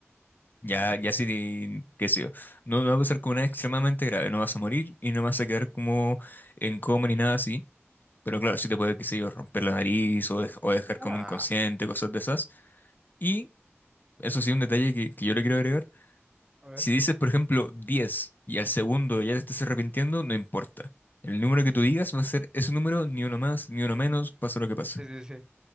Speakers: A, on the right; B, on the left.
A: Ujú.
B: Ya, ya sí, te- qué sé yo. No, no va a pasar como nada extremadamente grave. No vas a morir y no vas a quedar como en coma ni nada así. Pero claro, sí te puede, qué sé yo, romper la nariz o, dej- o dejar
A: Ah,
B: como inconsciente, cosas de esas. Y eso sí, un detalle que, que yo le quiero agregar.
A: a ver.
B: Si dices, por ejemplo, 10 y al segundo ya te estás arrepintiendo, no importa. El número que tú digas va a ser ese número, ni uno más, ni uno menos, pasa lo que pase.
A: sí, sí, sí.